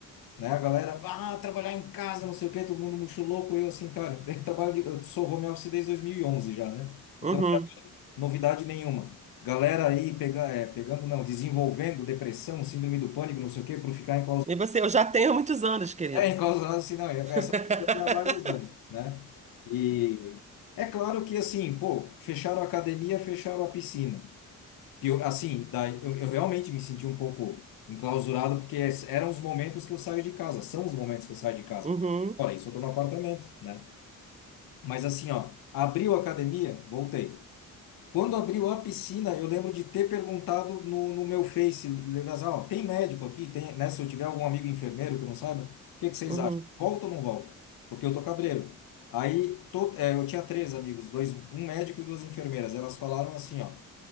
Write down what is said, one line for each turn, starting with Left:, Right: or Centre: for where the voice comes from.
Left: né? A galera, ah, trabalhar em casa, não sei o quê, todo mundo muito louco, eu assim, cara, <laughs> daí trabalho de, eu sou home office desde 2011 já, né? Então,
Right: uhum.
Left: novidade nenhuma. Galera aí pega, é, pegando, não, desenvolvendo depressão, síndrome do pânico, não sei o quê, por ficar
Right: E você, eu já tenho há muitos anos, querido.
Left: É, enclausurado assim, não, e
Right: <laughs>
Left: essa aventura tem há vários anos, né? E é claro que, assim, pô, fecharam a academia, fecharam a piscina. Pio- Assim, daí eu, eu realmente me senti um pouco enclausurado, porque es- eram os momentos que eu saio de casa, são os momentos que eu saio de casa.
Right: Uhum,
Left: Olha, isso eu tô no apartamento, né? Mas assim, ó, abriu a academia, voltei. Quando abriu a piscina, eu lembro de ter perguntado no, no meu Face, lembra assim, ó, tem médico aqui? Tem, né? Se eu tiver algum amigo enfermeiro que eu não saiba, o que que vocês
Right: uhum.
Left: acham? Volta ou não volta? Porque eu tô cabreiro. Aí to- é, eu tinha três amigos, dois, um médico e duas enfermeiras. Elas falaram assim, ó,